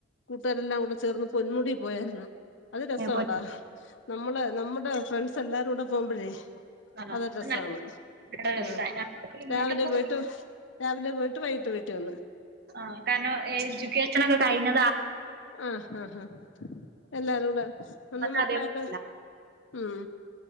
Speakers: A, on the left (about 75°); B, on the right (about 55°).
A: കൂട്ടുകാരെല്ലാം കൂടെ ചേർന്ന് പൊന്മുടി പോയായിരുന്നു അത് രസ
B: പൊ
A: വാടാ നമ്മളെ നമ്മുടെ ഫ്രണ്ട്സ് എല്ലാരും കൂടെ പോകുമ്പോഴേ
B: നല്ല
A: അതൊരു രസമാണ്
B: രസമാണ്
A: ആഹ
B: ഇങ്ങനത്തെ
A: രാവിലെ പോയിട്ട് രാവിലെ പോയിട്ട് വൈകിട്ട് വീട്ടിവന്ന്
B: ആഹ കാരണം എഡ്യൂക്കേഷൻൊക്കെ കഴിഞ്ഞ
A: ആഹ ആഹ ഹാ എല്ലാരും കൂടെ ഒന്ന് മക്കളെ
B: അതേപോലെയല്ല
A: ഒൊക്കെ ഉം